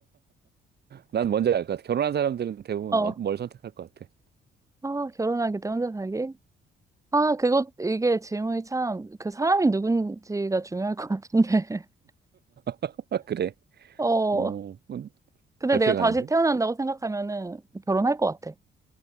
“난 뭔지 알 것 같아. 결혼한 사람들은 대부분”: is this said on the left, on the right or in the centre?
Right